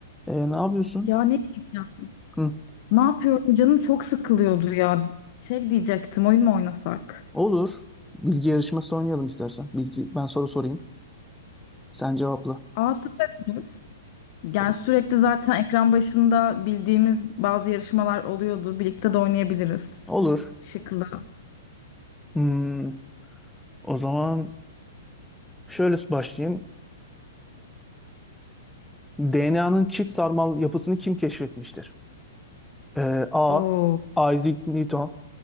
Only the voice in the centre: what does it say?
Ee, ne yapıyorsun?
Hı.
Olur. Bilgi yarışması oynayalım istersen. Bilgi, ben soru sorayım. Sen cevapla.
Soru.
Olur.
Hmm, o zaman şöyle başlayayım. DNA'nın çift sarmal yapısını kim keşfetmiştir? Ee, A.
Isaac Newton